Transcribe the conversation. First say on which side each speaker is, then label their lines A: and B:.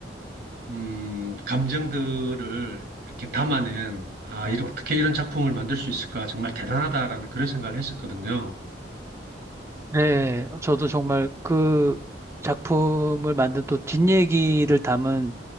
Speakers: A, on the right; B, on the right.
A: 음, 감정들을 이렇게 담아낸, 아, 이런, 어떻게 이런 작품을 만들 수 있을까? 정말 대단하다라는 그런 생각을 했었거든요.
B: 네, 어, 저도 정말 그 작품을 만든 또 뒷얘기를 담은